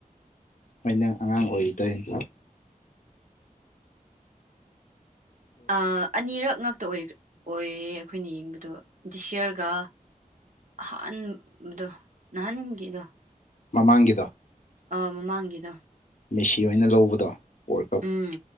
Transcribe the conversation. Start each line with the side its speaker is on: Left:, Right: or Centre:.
Left: ꯍꯣꯏꯗ ꯑꯉꯥꯡ ꯑꯣꯏꯔꯤ ꯇꯧꯅꯤ
Right: ꯑ ꯑꯅꯤꯔꯛ ꯉꯛꯇ ꯑꯣꯏꯌꯦ ꯑꯩꯈꯣꯏꯅ ꯌꯦꯡꯕꯗꯣ ꯗꯤꯁꯤꯌꯔꯒ ꯑꯍꯟꯕꯗꯣ ꯅꯍꯥꯟꯒꯤꯗꯣ
Left: ꯃꯃꯥꯡꯒꯤꯗꯣ
Right: ꯑꯥ ꯃꯃꯥꯡꯒꯤꯗꯣ
Left: ꯃꯦꯁꯤ ꯑꯣꯏꯅ ꯂꯧꯕꯗꯣ ꯋꯥꯔꯜ ꯀꯞ
Right: ꯎꯝ